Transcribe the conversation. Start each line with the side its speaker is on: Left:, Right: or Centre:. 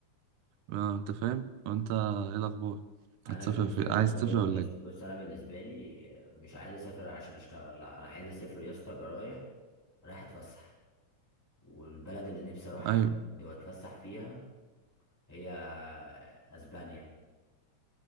Right: آه، أنت فاهم؟ وأنت إيه الأخبار؟
Centre: انا
Right: هتسافر
Centre: بالنسبه
Right: في عايز
Centre: لي انا بقول
Right: تسافر
Centre: لك
Right: ولا
Centre: يا اسطى
Right: إيه؟
Centre: بص انا بالنسبه لي مش عايز اسافر عشان اشتغل لا انا عايز اسافر يا اسطى ابقى رايح رايح اتفسح والبلد اللي نفسي اروحها
Right: أيوه
Centre: بجد واتفسح فيها هي اسبانيا